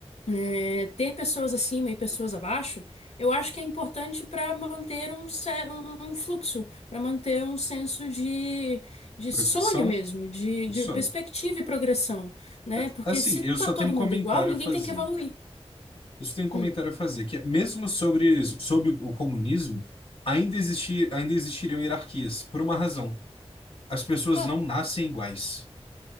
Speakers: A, on the left (about 80°); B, on the left (about 60°).
A: é, ter pessoas acima e pessoas abaixo, eu acho que é importante para manter um, ce- um, um um fluxo, para manter um senso de, de
B: Progressão?
A: sonho mesmo, de, de
B: Só.
A: perspectiva e progressão, né?
B: É,
A: Porque
B: Assim,
A: se
B: eu
A: tá
B: só
A: todo
B: tenho um comentário
A: mundo igual, ninguém
B: a fazer.
A: tem que evoluir.
B: Isso tem um comentário
A: Hum.
B: a fazer, que é, mesmo sobre, sobre o comunismo, ainda existir, ainda existiriam hierarquias, por uma razão. As pessoas
A: Ah,
B: não nascem iguais.